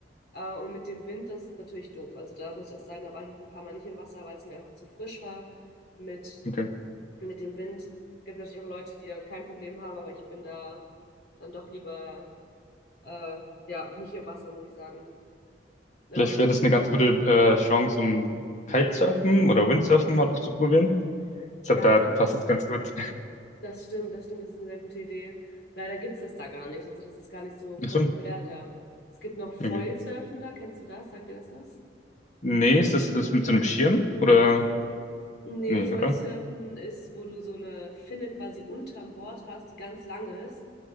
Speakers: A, on the left (about 60°); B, on the left (about 45°).
A: Äh, und mit dem Wind, das ist natürlich doof. Also da muss ich auch sagen, da war ich jetzt ein paar Mal nicht im Wasser, weil es mir einfach zu frisch war mit,
B: Okay.
A: mit dem Wind. Gibt natürlich auch Leute, die damit kein Problem haben, aber ich bin da dann doch lieber, äh, ja, nicht im Wasser, muss ich sagen. Ja.
B: Vielleicht wäre das eine ganz gute äh, Chance, um Kitesurfen oder Windsurfen mal auszuprobieren. Ich
A: Ja,
B: glaube, da passt es ganz gut.
A: das stimmt, das stimmt, das ist eine sehr gute Idee. Leider gibt's das da gar nicht. Also das ist gar nicht so populär
B: Ach so,
A: da. Es gibt noch Foilsurfen
B: okay.
A: da, kennst du das? Sagt dir das was?
B: Nee, ist das das mit so einem Schirm? Oder?
A: Nee,
B: Nee,
A: Foilsurfen
B: oder?
A: ist, wo du so eine Finne quasi unterm Board hast, die ganz lang ist.